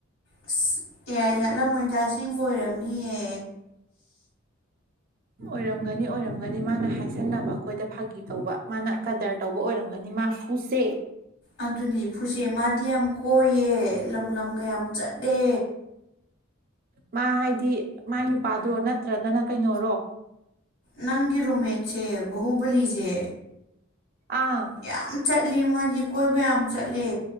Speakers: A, on the left; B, on the right.
A: ꯑꯁ ꯑꯦꯌꯥꯏ ꯅꯠꯂꯝꯃꯣꯏꯗ ꯑꯁꯦꯡꯕ ꯑꯣꯏꯔꯝꯅꯤꯌꯦ
B: ꯑꯣꯏꯔꯝꯒꯅꯤ ꯑꯣꯏꯔꯝꯒꯅꯤ ꯃꯥꯅ ꯍꯥꯏꯁꯟꯅꯕ ꯑꯩꯈꯣꯏꯗ ꯐꯥꯒꯤ ꯇꯧꯕ ꯃꯥꯅ ꯀꯗꯔ ꯇꯧꯕ ꯑꯣꯏꯔꯝꯒꯅꯤ ꯃꯥ ꯐꯨꯁꯦ
A: ꯑꯗꯨꯅꯤ ꯐꯨꯁꯦ ꯃꯥꯗꯤ ꯌꯥꯝ ꯀꯣꯏꯌꯦ ꯂꯝ ꯂꯝꯒ ꯌꯥꯝ ꯆꯠꯂꯦ
B: ꯃꯥ ꯍꯥꯏꯗꯤ ꯃꯥꯏ ꯅꯨꯄꯥꯗꯨꯔꯣ ꯅꯠꯇ꯭ꯔꯒꯅ ꯀꯩꯅꯣꯔꯣ
A: ꯅꯪꯒꯤ ꯔꯨꯝꯃꯦꯠꯁꯦ ꯕꯍꯨꯕꯂꯤꯖꯦ
B: ꯑꯥ
A: ꯌꯥꯝ ꯆꯠꯂꯤ ꯃꯣꯏꯗꯤ ꯀꯣꯏꯕ ꯌꯥꯝ ꯆꯠꯂꯦ